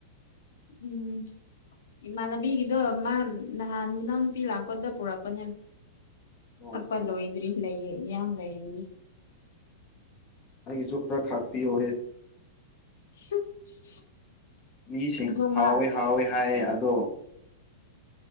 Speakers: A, on the left (about 80°); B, on the left (about 20°).
A: ꯎꯝ ꯏꯃꯥꯟꯅꯕꯤꯒꯤꯗꯣ ꯃꯥ ꯅꯍꯥꯟ ꯃꯅꯥꯎꯅꯨꯄꯤ ꯂꯥꯛꯄꯗ ꯄꯨꯔꯛꯄꯅꯦ
B: ꯑꯣ
A: ꯊꯛꯄ
B: ꯑꯣ
A: ꯂꯣꯏꯗ꯭ꯔꯤ ꯂꯩꯌꯦ ꯃꯌꯥꯝ ꯂꯩꯔꯤ꯫
B: ꯑꯩꯒꯤꯁꯨ ꯈꯔꯥ ꯈꯥꯛꯄꯤꯌꯣꯍꯦ꯫
A: <unintelligible>
B: ꯃꯤꯁꯤꯡ
A: ꯅꯣꯡꯃ
B: ꯍꯥꯎꯋꯦ ꯍꯥꯎꯋꯦ ꯍꯥꯏꯌꯦ ꯑꯗꯣ,